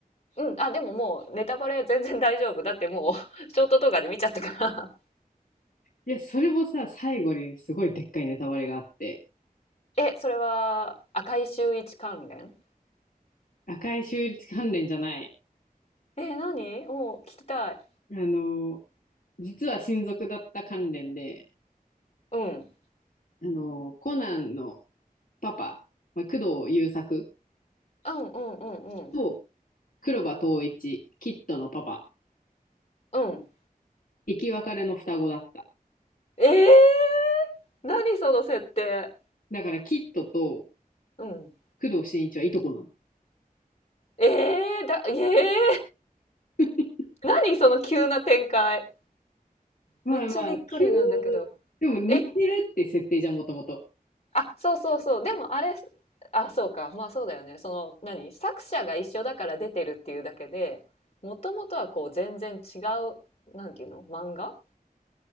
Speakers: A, on the left (about 45°); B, on the left (about 65°).
A: 「うんあでももうネタバレ全然大丈夫だってもう <laughs> ショート動画で見ちゃったから
B: いや、それもさ、最後にすごいでっかいネタバレがあって。
A: えそれは赤井秀一関連
B: 赤い州立関連じゃない。
A: え何もう聞きたい、
B: あの、実は親族だった関連で、
A: うん、
B: あの、コナンのパパ、まあ、工藤優作
A: うんうんうんうん
B: と黒羽統一、キッドのパパ、
A: うん
B: 生き別れの双子だった。
A: えー、何その設定
B: だからキッドと
A: うん
B: 工藤新一はいとこなの。
A: えー、だえー、
B: <laughs>
A: 何その急な展開
B: まあまあ、
A: めっちゃびっくりなんだけど。
B: 急にでも似てるって設定じゃん、
A: え、
B: もともと。
A: あ、そうそうそう。でもあれ、あ、そうか。まあそうだよね。その、何作者が一緒だから出てるっていうだけで、もともとはこう全然違う、なんていうの漫画